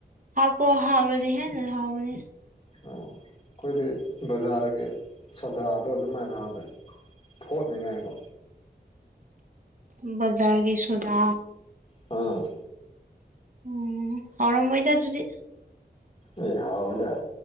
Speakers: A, on the right (about 45°); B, on the left (about 35°).
A: ꯍꯥꯥꯎ ꯄꯣ ꯍꯥꯥꯎꯕ ꯍ ꯂꯩ ꯍꯥꯎꯕꯅꯤ
B: ꯑꯣ ꯑꯩꯈꯣꯏꯗꯤ ꯕꯖꯥꯔꯒꯤ ꯁꯣꯗꯥꯗꯣ ꯑꯗꯨꯝꯥꯏꯅ ꯍꯥꯞ ꯊꯠꯅꯤꯡꯉꯥꯏꯀꯣ
A: ꯕꯖꯔꯒꯤ ꯁꯗꯥ
B: ꯎꯝ
A: ꯎꯝ ꯍꯔꯝ ꯃꯣꯏꯗ ꯑꯗꯨꯗꯤ
B: ꯑꯦ ꯍꯥꯎꯋꯦꯗ